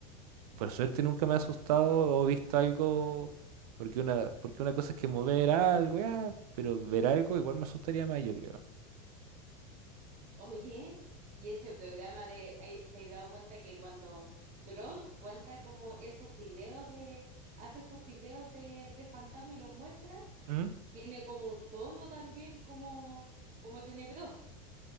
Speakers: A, on the right; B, on the right.
A: por suerte nunca me ha asustado o visto algo. Porque una, porque una cosa es que mover algo, ya, pero ver algo igual me asustaría más, yo creo.
B: Oye, y ese programa de, ay, ¿te has dado cuenta que cuando Dross cuenta como esos videos de, hace esos videos de, de fantasma y los muestra,
A: ¿Mm?
B: tiene como un tono también como, como tenebroso.